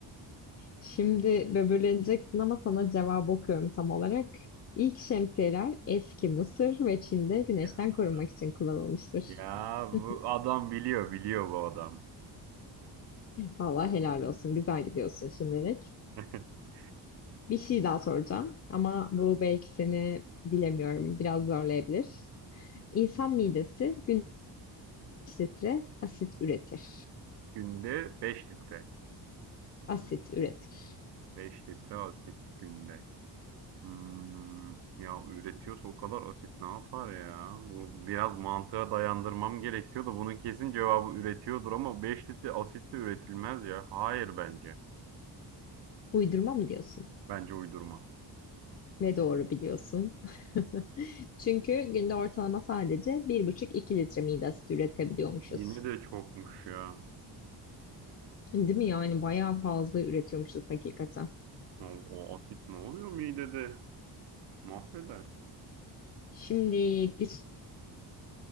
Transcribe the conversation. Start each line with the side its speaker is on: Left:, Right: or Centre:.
Left: Şimdi böbürleneceksin ama sana cevabı okuyorum tam olarak. İlk şemsiyeler eski Mısır ve Çin'de güneşten
Right: Ya,
Left: korunmak için kullanılmıştır.
Right: ya bu
Left: <laughs>
Right: adam biliyor, biliyor bu adam.
Left: Vallahi helal olsun. Güzel gidiyorsun şimdilik.
Right: <laughs>
Left: Bir şey daha soracağım ama bu belki seni bilemiyorum biraz zorlayabilir. İnsan midesi günde kaç litre asit üretir?
Right: Günde beş litre.
Left: Asit üretir.
Right: beş litre asit günde. Hmm, ya üretiyorsa o kadar asit ne yapar ya? Bu biraz mantığa dayandırmam gerekiyor da bunun kesin cevabı üretiyordur ama 5 litre asit de üretilmez ya. Hayır bence.
Left: Uydurma mı diyorsun?
Right: Bence uydurma.
Left: Ne doğru biliyorsun. <laughs> Çünkü günde ortalama sadece bir buçuk iki litre mide asidi üretebiliyormuşuz.
Right: Yine de çokmuş ya.
Left: Değil mi? Yani bayağı fazla üretiyormuşuz hakikaten.
Right: O, o asit ne oluyor midede? Mahveder.
Left: Şimdi bir,